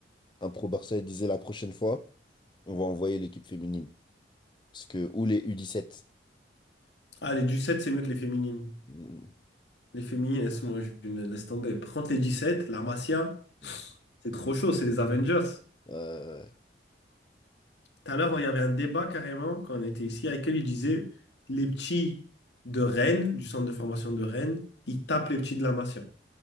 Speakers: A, on the left (about 25°); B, on the left (about 75°).
A: Un pro Barça, il disait la prochaine fois. on va envoyer l'équipe féminine. Parce que, ou les U17.
B: Ah, les 17 c'est mieux que les féminines.
A: Mm,
B: Les féminines, elles, sont- moi, je les laisse tomber. Par contre, les sept la Masia,
A: mm.
B: c'est trop chaud, c'est les Avengers.
A: Euh,
B: Tout à l'heure, il y avait un débat carrément quand on était ici avec elle. Il disait les petits de Rennes, du centre de formation de Rennes, ils tapent les petits de la Masia.